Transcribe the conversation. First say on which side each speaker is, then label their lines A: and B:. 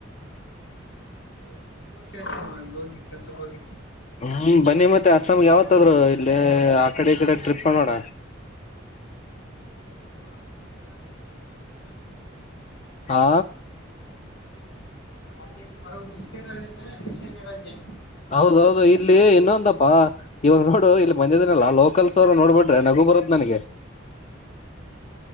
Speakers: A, on the left (about 80°); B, on the left (about 35°).
A: ಅಂದ್ರೆ ಒ್ ಎಷ್ಟು ವರ್ಷ ಆಯ್ತಮ್ಮ ಅನ್ ಹೋಗಿ ಕೆಲ್ಸಕ್ಕೆ ಹೋಗಿ
B: ಹ್ಮ್ ಬನ್ನಿ ಮತ್ತೆ ಅಸ್ಸಾಂಗೆ ಯಾವತ್ಾದ್ರು ಇಲ್ಲಿ ಆ ಕಡೆ ಈ ಕಡೆ ಟ್ರಿಪ್ ಮಾಡೋಡ
A: ಬರ್ಬೇಕುಡುವ ಈಶನ್ಯರ ಬರ್ಬೇಕಕ್ ಅತತಿ ಅದು
B: ಹಾ
A: ಆ ರಾಜ್ಯಕ್ಕೆ ಮರೋ ವಿಸ್ಣರ ರಾಜ್ಯ ಈಶಾನ್ಯ ರಾಜ್ಯ
B: ಹೌದೌದು ಇಲ್ಲಿ ಇನ್ನೊಂದಪ್ಪಾ ಇವಾಗ ನೋಡು ಇಲ್ಲಿ ಬಂದಿದನಲ್ಲ ಲೋಕಲ್ಸ್ ಅವರು ನೋಡ್ಬಿಟ್ಟು ನಗು ಬರುತ್ ನನಗೆ